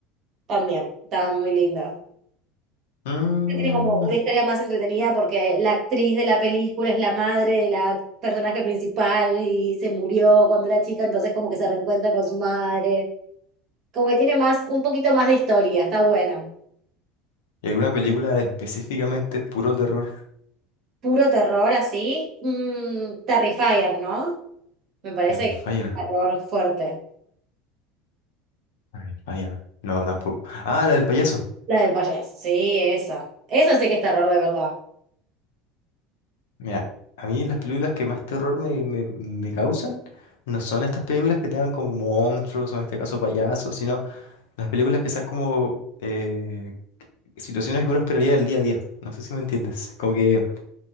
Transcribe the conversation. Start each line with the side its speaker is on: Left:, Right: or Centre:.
Right: También, está muy linda.
Left: Mm,
Right: Tiene como una historia más entretenida porque la actriz de la película es la madre de la personaje principal y se murió cuando era chica, entonces como que se reencuentra con su madre. Como que tiene más, un poquito más de historia, está buena.
Left: ¿y alguna película específicamente puro terror?
Right: Puro terror así, mm, Terrifier, ¿no? Me parece
Left: Terrifier.
Right: que es un error fuerte.
Left: Terrifier. No, tampoco. Ah, la del payaso.
Right: La del payaso. Sí, esa. Esa sí que es terror de verdad.
Left: Mira, a mí las películas que más terror me, me, me causan no son estas películas que tengan como monstruos, o en este caso payasos, sino las películas que sean como eh, situaciones que uno esperaría del día a día. No sé si me entiendes. Como que